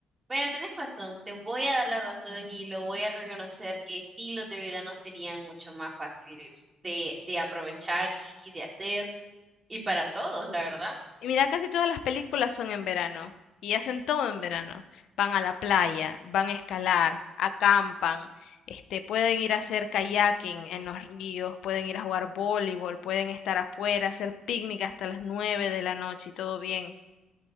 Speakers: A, on the right; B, on the left.
A: Bueno, tenés razón, te voy a dar la razón y lo voy a reconocer que sí los de verano serían mucho más fáciles de, de aprovechar y, y de hacer, y para todos, la verdad.
B: Y mira, casi todas las películas son en verano y hacen todo en verano. Van a la playa, van a escalar, acampan, este, pueden ir a hacer kayaking en los ríos, pueden ir a jugar voleibol, pueden estar afuera, hacer picnic hasta las 9 de la noche y todo bien.